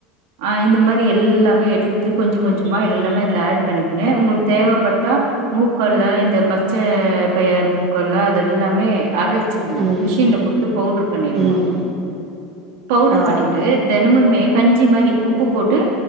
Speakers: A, on the right (about 65°); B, on the right (about 35°).
A: ஆ இந்த மாரி எல்லாமே எடுத்து கொஞ்சோ கொஞ்சோமா எல்லாமே அதுல அட் பண்ணிக்கிணு உங்களுக் தெ ட்டா மூக்கள்ல இந்த பச்ச பயர் மூக் கல்ல அதெல்லாமே அரைச்சிருவோ
B: ம்
A: மிஷின்ல குடுத்து பவுடர் பண்ணிடுவோ
B: ம்
A: பவுடர்
B: ஆ
A: பண்ணிட்டு தெனமுமே கஞ்சி மாரி உப்பு போட்டு